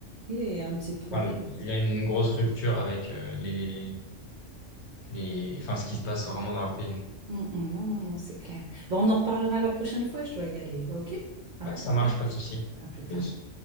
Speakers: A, on the right; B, on the left.
A: Il y a il y a un petit problème.
B: enfin, il y a une grosse rupture avec euh, les, les, enfin, ce qui se passe vraiment dans leur pays.
A: ouais. Mm, mm, Non, non, non, c'est clair. Bon, on en parlera la prochaine fois, je dois y aller, ok? À
B: Ouais,
A: plus
B: ça
A: tard.
B: marche, pas de souci.
A: À plus
B: Plus.
A: tard.